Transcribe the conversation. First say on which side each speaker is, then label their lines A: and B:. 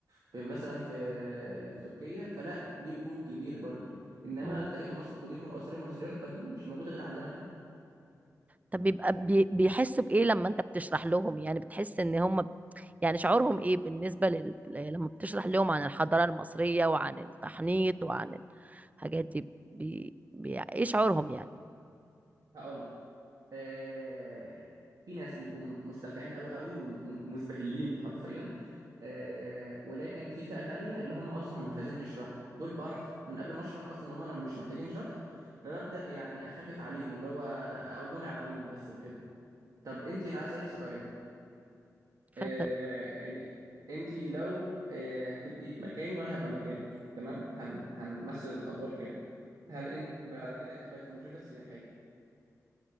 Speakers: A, on the right; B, on the right.
A: في مثلا في في تركيا فلا ليه وجود كبير برضه انما
B: مم.
A: التاريخ المصري القديم والاثار المصريه القديمه مش موجوده غير عندنا احنا
B: طب بيبقى بي بيحسوا بايه لما انت بتشرح لهم يعني بتحس ان هم يعني شعورهم ايه بالنسبه لل... لما بتشرح لهم عن الحضاره المصريه وعن التحنيط وعن الحاجات دي بي... بي... ايه شعورهم يعني
A: هقول لك آه، في ناس بيبقوا م- مستمتعين قوي قوي ومزبهلين حرفيا آه، ولكن في فئة تانية اللي هم اصلا مش عايزين يشرحوا دول بعرف من قبل ما اشرح اصلا ان هم انا مش محتاجين شرح فببدأ يعني اخفف عليهم اللي هو اقول لهم العناوين بس وكده طب انت انا عايز اسالك سؤال
B: اتفضل
A: آه، يعني انت لو آه، هتبقي مكاني وانا هبقى مكانك تمام هن... هنمثل الادوار كده هل انت بعد كده انت بقيت المرشده السياحيه